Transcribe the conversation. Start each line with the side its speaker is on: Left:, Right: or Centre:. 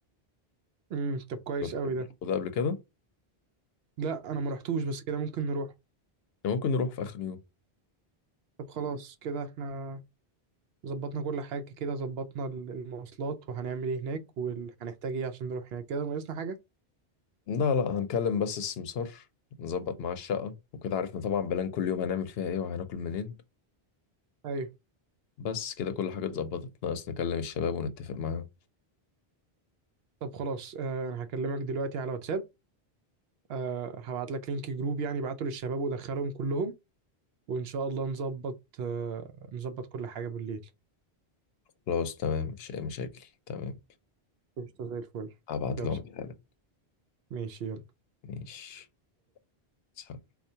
Right: امم طب كويس
Left: شفت
Right: قوي
Left: انت
Right: ده
Left: الموضوع ده قبل كده
Right: لا أنا ما رحتوش بس كده ممكن نروح
Left: ممكن نروح في اخر يوم
Right: طب خلاص كده إحنا ظبطنا كل حاجة كده ظبطنا ال- المواصلات وهنعمل إيه هناك وهنحتاج إيه عشان نروح هناك كده ناقصنا حاجة
Left: لا لا هنكلم بس السمسار نظبط معاه الشقة وكده عرفنا طبعا بلان كل يوم هنعمل فيها ايه وهناكل منين
Right: أيوه
Left: بس كده كل حاجة اتظبطت ناقص نكلم الشباب ونتفق معاهم
Right: طب خلاص آه، أنا هكلمك دلوقتي على واتساب أه هبعت لك لينك جروب يعني بعته للشباب ودخلهم كلهم وإن شاء الله نظبط آه، نظبط كل حاجة بالليل
Left: خلاص تمام مفيش أي مشاكل تمام
Right: قشطة زي الفل
Left: هبعت
Right: يلا
Left: لهم الحاجة
Right: ماشي يلا
Left: ماشي سلام.